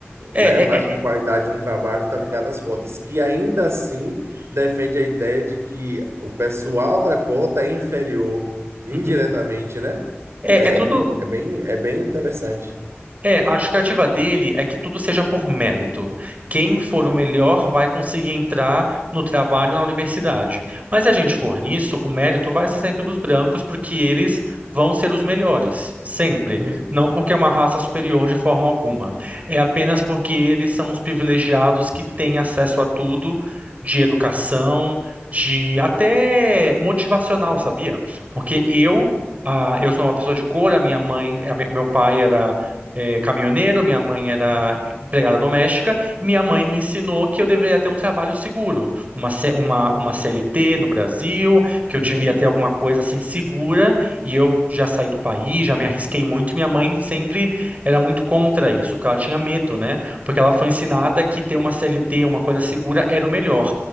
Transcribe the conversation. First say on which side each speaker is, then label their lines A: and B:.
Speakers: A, on the right (about 35°); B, on the right (about 85°).
A: é,
B: né, a baixa
A: é,
B: de
A: é,
B: qualidade no trabalho está ligada às cotas, que ainda assim defende a ideia de que o pessoal da cota é inferior, indiretamente,
A: uhum.
B: né?
A: É,
B: É,
A: é tudo.
B: é bem, é bem, é bem interessante.
A: É, a justificativa dele é que tudo seja por mérito. Quem for o melhor vai conseguir entrar no trabalho na universidade. Mas se a gente for nisso, o mérito vai ser sempre dos brancos, porque eles vão ser os melhores, sempre.
B: Uhum.
A: Não porque é uma raça superior de forma alguma. É apenas porque eles são os privilegiados que têm acesso a tudo, de educação, de até motivacional, sabia? Porque eu, ah, eu sou uma pessoa de cor, a minha mãe, a me- meu pai era eh, caminhoneiro, minha mãe era empregada doméstica, e minha mãe me ensinou que eu deveria ter um trabalho seguro, uma, C- uma, uma CLT no Brasil, que eu
B: Uhum.
A: devia ter alguma coisa assim segura, e eu já saí do país, já me arrisquei muito, e minha mãe sempre era muito contra isso, porque ela tinha medo, né? Porque ela foi ensinada que ter uma CLT, uma coisa segura, era o melhor.